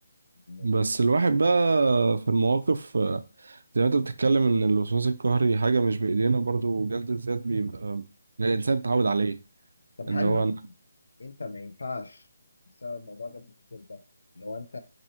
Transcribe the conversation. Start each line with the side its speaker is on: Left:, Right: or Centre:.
Left: ما
Right: بس
Left: في
Right: الواحد بقى في المواقف زي ما انت بتتكلم ان الوسواس القهري حاجه مش بايدينا برضو جلد الذات بيبقى إن الانسان اتعود عليه
Left: طب
Right: ان
Left: هل
Right: هو
Left: مثلا
Right: أنا-
Left: انت ما ينفعش بسبب الموضوع ده بتبقى لو انت